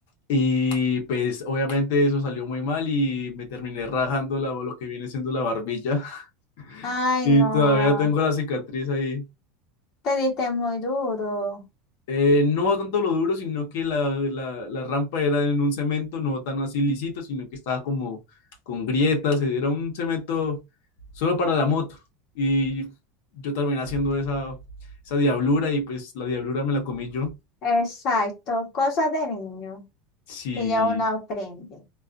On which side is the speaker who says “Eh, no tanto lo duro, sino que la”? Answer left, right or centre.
Left